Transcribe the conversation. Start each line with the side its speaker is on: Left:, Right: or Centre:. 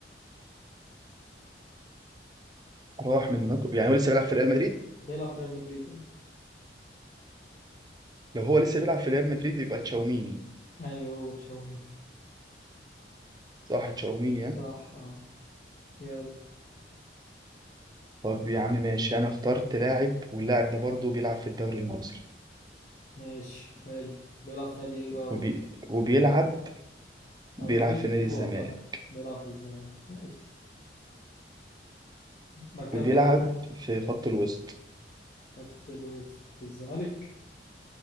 Right: <laughs> راح من هناك يعني هو لسه بيلعب في ريال مدريد
Left: بيلعب في ريال مدريد أه.
Right: لو هو لسه بيلعب في ريال مدريد يبقى تشاوميني
Left: ايوه هو تشاوميني
Right: صح تشاوميني ها
Left: صح آه. يلا
Right: طب يا عم ماشي انا اخترت لاعب واللاعب ده برضه بيلعب في الدوري المصري
Left: ماشي حلو بيلعب في نادي ايه بقى قول
Right: وبي...
Left: لي
Right: وبيلعب بيلعب
Left: او اديني
Right: في
Left: كلو
Right: نادي الزمالك
Left: عامة بيلعب في الزمالك ماشي مركزه
Right: وبيلعب
Left: ايه
Right: في خط
Left: آه،
Right: الوسط
Left: خط الوسط في الزمالك